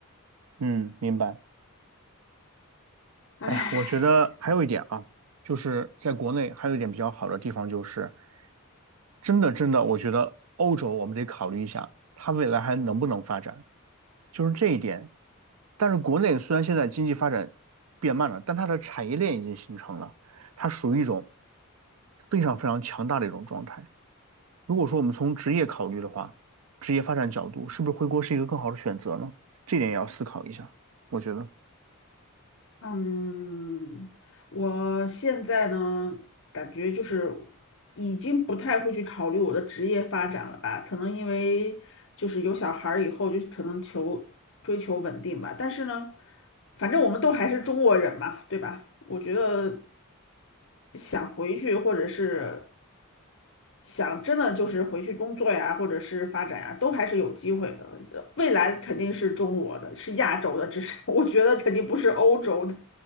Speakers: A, on the right (about 80°); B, on the left (about 60°).
A: 嗯，明白。
B: 唉。
A: 哎呀，我觉得还有一点啊，就是在国内还有一点比较好的地方，就是真的真的，我觉得欧洲我们得考虑一下，它未来还能不能发展，就是这一点。但是国内虽然现在经济发展变慢了，但它的产业链已经形成了，它属于一种非常非常强大的一种状态。如果说我们从职业考虑的话，职业发展角度，是不是回国是一个更好的选择呢？这点也要思考一下，我觉得。
B: 嗯，我现在呢，感觉就是已经不太会去考虑我的职业发展了吧，可能因为就是有小孩儿以后，就可能求追求稳定吧。但是呢，反正我们都还是中国人嘛，对吧？我觉得想回去，或者是想真的就是回去工作呀，或者是发展呀，都还是有机会的。未来肯定是中国的，是亚洲的，至少 <laughs> 我觉得肯定不是欧洲的。